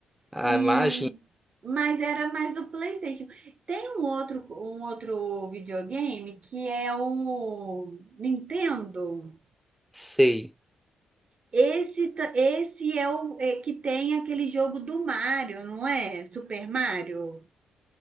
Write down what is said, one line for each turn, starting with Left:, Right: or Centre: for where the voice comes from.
Centre: Ah,
Right: E
Centre: imagina,
Right: mas era mais do PlayStation. Tem um outro, um outro videogame que é o Nintendo.
Centre: sei.
Right: Esse, ta- esse é o é que tem aquele jogo do Mario, não é? Super Mario.